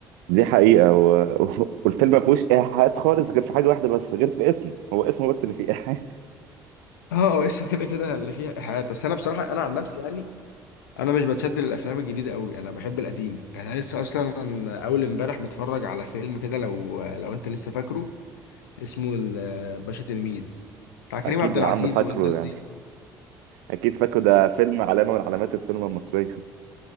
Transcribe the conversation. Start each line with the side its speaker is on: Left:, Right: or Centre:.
Right: دي حقيقه و... <laughs> و... والفيلم ما فيهوش ايحاءات خالص غير في حاجه واحده بس غير في اسمه هو اسمه بس اللي فيه ايحاء
Left: اه هو اسمه كده كده اللي فيها ايحاءات بس انا بصراحه انا عن نفسي يعني انا مش بتشد للافلام الجديده قوي انا بحب القديم يعني انا لسه اصلا اول امبارح متفرج على فيلم كده لو لو انت لسه فاكره اسمه ال- باشا تلميذ
Right: <laughs>
Left: بتاع كريم
Right: اكيد
Left: عبد
Right: يا
Left: العزيز
Right: عم فاكره
Left: والناس
Right: يعني
Left: دي
Right: اكيد فاكره ده فيلم علامه من علامات السينما المصريه <laughs>